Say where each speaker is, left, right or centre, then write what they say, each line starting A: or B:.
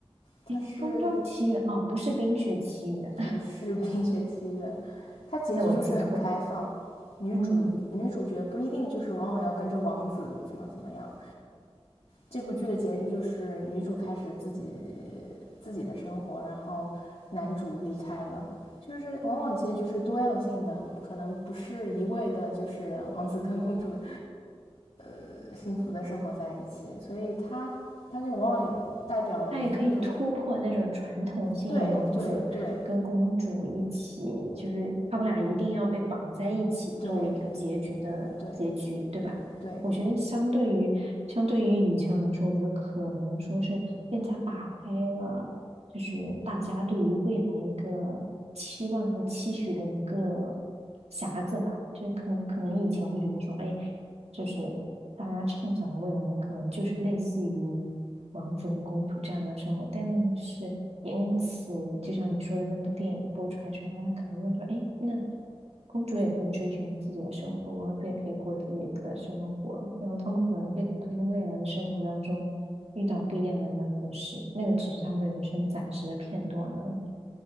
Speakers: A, on the left; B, on the right.
A: 它是
B: 诶，《风中奇缘》哦，不是《冰雪奇缘》，
A: 不是《冰雪奇缘》，
B: <laughs>
A: 它结局就是很开放，
B: 那我记错了。
A: 女主女主角不一定就是往往要跟着王子怎么怎么样。
B: 嗯。
A: 这部剧的结局就是女主开始自己自己的生活，然后男主离开了。就是往往结局是多样性的，可能不是一味的，就是王子跟公主呃幸福的生活在一起，所以它它就往往代表了一个
B: 它也可以突破那种传统性的王子跟公主一起，
A: 对对对
B: 就是他们俩一定要被绑在一起作为一个结局的结局，
A: 对对
B: 对吧？
A: 对，
B: 我觉得相对于相对于以前来说，我觉得可能说是更加打开了，就是大家对于未来一个期望和期许的一个匣子吧。就可能可能以前会觉得说，哎。就是大家畅想的未来，可能就是类似于王子和公主这样的生活。但是因此，就像你说的那部电影播出来之后，大家可能会说：“哎，那公主也可以追寻自己的生活，王子也可以过自己的生活。”然后他们可能会在他们未来的生活当中遇到不一样的人和事，那个只是他们人生暂时的片段而已。